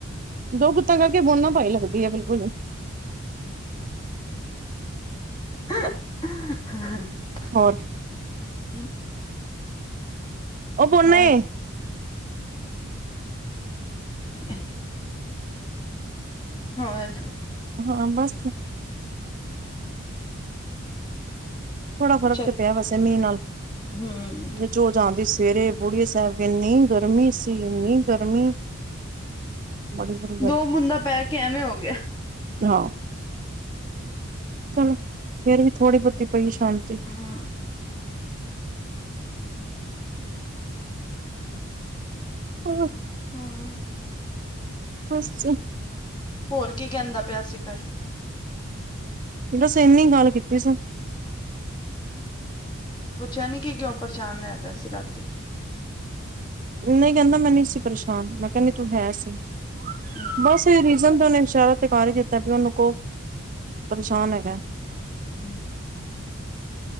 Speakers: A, on the right; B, on the left.
A: ਦੋ ਗੁੱਤਾਂ ਕਰਕੇ ਬੋਨਾ ਭਾਈ ਲੱਗਦੀ ਆ ਬਿਲਕੁਲ।
B: ਹ <unintelligible>
A: ਹੋਰ?
B: ਹਾਂ <inaudible>
A: ਉਹ ਬੋਨੇ।
B: ਬਸ ਹਾਂ, ਹੋਰ?
A: ਹਾਂ, ਬਸ। ਥੋੜਾ ਫਰਕ,
B: ਅੱਛਾ
A: ਤੇ ਪਿਆ ਵੈਸੇ, ਮੀਂਹ ਨਾਲ।
B: ਹੂੰ ਹੂੰ
A: ਜੋ ਜਾਦੀ ਸਵੇਰੇ ਬੂੜੀ ਸਾਹਿਬ, ਕਿਨੀ ਗਰਮੀ ਸੀ, ਇੰਨੀ ਗਰਮੀ! ਬੜੀ ਬੜੀ
B: ਦੋ ਮੁੰਨਾ ਪੈਕੇ ਐਵੇਂ ਹੋਗਿਆ।
A: ਹਾ। ਚਲੋ, ਫਿਰ ਵੀ ਥੋੜੀ-ਬਹੁਤੀ ਪਈ ਸ਼ਾਂਤੀ।
B: ਹੂੰ।
A: ਹੋਰ।
B: ਹੂੰ।
A: ਬੱਸ।
B: ਹੋਰ ਕੀ, ਕਹਿੰਦਾ ਪਿਆ ਸੀ ਫਿਰ?
A: ਬੱਸ ਇੰਨੀ ਗੱਲ ਕੀਤੀ ਸੂੰ।
B: ਪੁਛਿਆ ਨਹੀ ਕਿ, ਕਿਉਂ ਪਰੇਸ਼ਾਨ ਹੋਇਆ ਪਿਆ ਸੀ ਰਾਤੀ।
A: ਨਹੀਂ ਕਹਿੰਦਾ, ਮੈਂ ਨਹੀਂ ਸੀ ਪਰੇਸ਼ਾਨ। ਮੈਂ ਕਿਆ ਨਹੀਂ, ਤੂੰ ਹੈ ਸੀ।
B: ਹੂੰ
A: ਬਸ ਰੀਜ਼ਨ ਤੇ ਉਹਨੇ ਇਸ਼ਾਰਾ ਤੇ ਕਰ ਹੀ ਦਿੱਤਾ, ਵੀ ਉਹਨੂੰ ਕੋ ਪਰੇਸ਼ਾਨ ਹੈਗਾ।
B: ਹੂੰ।